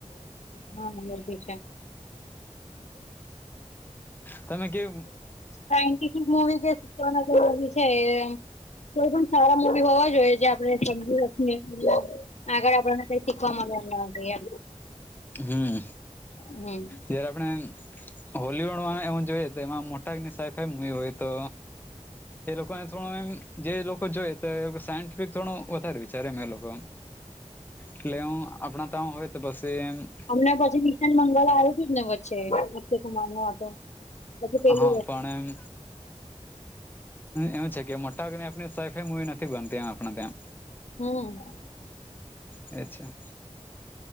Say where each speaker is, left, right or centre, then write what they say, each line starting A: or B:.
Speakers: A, on the left; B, on the left.
A: હા મને ભી છે.
B: તમે કેવ
A: સાયન્ટિફિક મુવી જે શીખવાના છે એ કોઈ પણ સારા મૂવી હોવા જોઈએ જે આપણે સમજી હકીએ આગળ આપણને કઈ શીખવા મળે <unintelligible>
B: હમ.
A: હમ
B: જયારે આપણે હોલવુડમાં એવ જોઈએ તો એમાં મોટાક ની સાઈફાઈ મુવી હોય તો એ લોકોને થોડો એમ જે લોકો જોય તો સાયન્ટિફિક થોડું વધારે વિચારે ને એ લોકો એટલે હું આપણા તાં હોય તો પશી
A: હમણા પછી મિશન મંગળવાર આવ્યું હતું જ ને વચ્ચે નત્યકુમાર નો હતો. પછી પેલું
B: હા
A: હતું
B: પણ. એમ છે કે મોટા ભાગને આપણી સરખી મુવી નથી બનતી આપણે ત્યાં.
A: ઓહ.
B: અચ્છા.